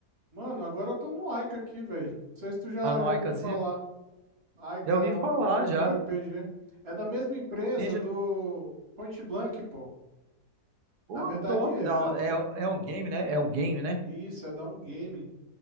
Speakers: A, on the right; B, on the right.
A: Mano, agora eu tô no Aika aqui, velho. Não sei se tu já,
B: Anoaikazinha?
A: já ouviu falar. Aika
B: Já
A: é
B: ouvi falar,
A: um é um MMORPG.
B: já.
A: É da mesma empresa
B: Ninja,
A: do Point Blank, pô.
B: pô,
A: Na verdade
B: top.
A: era,
B: dá um-
A: né?
B: É, é um game, né? É um game, né?
A: Isso, é da um game.